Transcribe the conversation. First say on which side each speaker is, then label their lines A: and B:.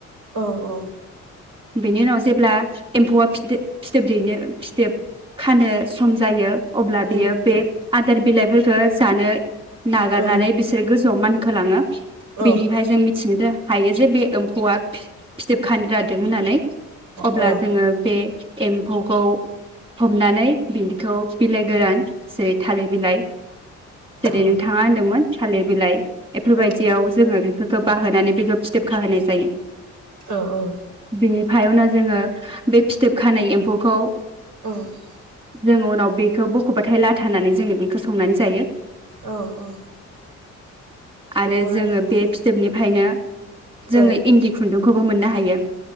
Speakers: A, on the right (about 70°); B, on the right (about 20°).
A: औ औ उम
B: बेनि उनाव जेब्ला एम्फौआ फिथो फिथोब दैनो फिथोब खानो सम जायो अब्ला
A: उम
B: बियो
A: उम
B: बे आदार बिलाइफोरखौ जानो नागारनानै
A: औ
B: बिसोरो गोजौआव मानखोलाङो
A: औ
B: बिनिफाय जों मिथियो दा हायो जे बे एम्फौआ बि फिथोब खानो लादों होननानै अब्ला
A: औ
B: जोङो बे एम्फौखौ हमनानै बिदिखौ बिलाइ गोरान जेरै थालिर बिलाइ जेरै
A: उम
B: नोंथाङा होनदोंमोन थालिर बिलाइ बेफोरबायदियाव
A: औ
B: जोङो बेफोरखौ बाहोनानै बेखौ फिथोब खाहोनाय जायो
A: औ औ
B: बिनिफ्राय उनाव जोङो बे फिथोब खानाय एम्फौखौ
A: औ
B: जों उनाव बेखौ बखबाथाय लाथा होनानै जोङो बेखौ संनानै जायो
A: औ औ
B: आरो
A: नंगौ नोंथां
B: जोङो
A: नंगौ
B: बे फिथोबनिफ्रायनो जोङो
A: औ
B: इन्दिखौ खुन्दुंखौबो मोननो हायो <inaudible>